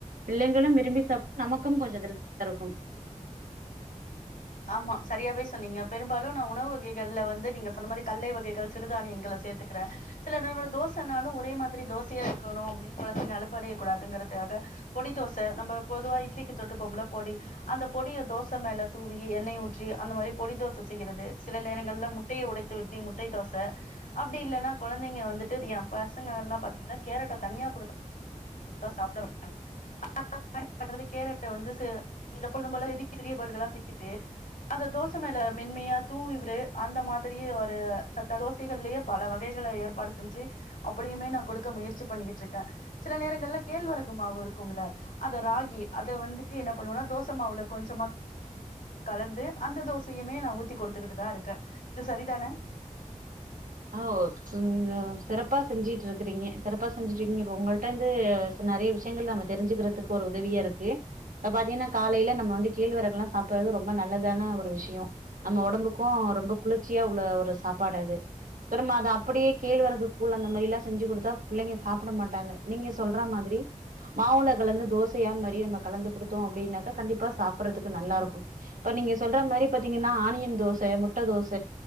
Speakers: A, on the right; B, on the left.
A: பிள்ளைங்களும் விரும்பி சாப் நமக்கு கொஞ்சம் திருப்தியா இருக்கும்
B: ஆமா சரியாவே சொன்னீங்க பெரும்பாலு நா உணவு வகைகள்ல வந்து நீங்க சொன்ன மாரி கல்லை வகைகள் சிறுதானியங்கள சேத் த்துக்குறே சில நேரோ தோசனாலு ஒரே மாதிரி தோசையா இருக்கணு அப்டினு கொழந்தைங்க அலுப்படைய கூடாதுங்கறதுக்காக பொடி தோச நம்ம பொதுவா இட்லிக்கு தொட்டுபோம்ல பொடி அந்த பொடிய தோச மேல தூவி எண்ணெய் ஊற்றி அந்த மாரி பொடி தோச செய்றது சில நேரங்கள்ல முட்டைய உடைத்து ஊத்தி முட்டை தோச அப்டி இல்லன்னா கொழந்தைங்க வந்துட்டு ஏ பசங்க எல்லா பாத்தீங்கன்னா கேரட்ட தனியா குடுத் தா சாப்ட மாட்டாங்க <inaudible> என்னா பண்றது கேரட்ட வந்து ச எப்பொழுதும் போல செதுக்கி சிரிய பல்லுகளா சிக்கிட்டு அத தோச மேல மென்மையா தூவி விட்டு அந்த மாதிரியே ஒரு சத்தா தோசைகல்லயே பல வகைகளை ஏற்பாடு செஞ்சு அப்பிடியுமே நா குடுக்க முயற்சி பண்ணிக்கிட்டு இருக்கே சில நேரங் நல்ல கேழ்வரகு மாவு இருக்குமுல்ல அத ராகி அத வந்துட்டு என்ன பண்ணுவனா தோச மாவுல கொஞ்சமா கலந்து அந்த தோசையுமே நா ஊத்தி குடுக்கிட்டு தா இருக்கே இது சரிதான
A: ஆ சுங்க சிறப்பா செஞ்சுட்டு இருக்குறீங்க சிறப்பா செஞ்சுட்டு இருக்கீங்க இப்ப உங்கள்ட்ட இருந்து நறைய விஷயங்கள் நம்ம தெரி்ஞ்சுக்கிறதுக்கு ஒரு உதவியா இருக்கு இப்ப பாத்தீங்கனா காலைல நம்ம வந்து கேழ்வரகுலா சாப்புறது ரொம்ப நல்லதான ஒரு விஷ்யொ நம்ம ஒடம்புக்கு ரொம்ப குளிர்ச்சியா உள்ள ஒரு சாப்பாடு அது சோ நம்ம அத அப்டியே கேழ்வரகு கூழ் அந்த மாரிலா செஞ்சு குடுத்தா பிள்ளைங்க சாப்பிட மாட்டாங்க நீங்க சொல்ற மாதிரி மாவுல கலந்து தோசயா அந்த மாரி நம்ம கலந்து குடுத்தோ அப்டினாக்கா கண்டிப்பா சாப்புறதுக்கு நல்லா இருக்கு இப்ப நீங்க சொல்ற மாரி பாத்தீங்கனா ஆனியன் தோச முட்டை தோச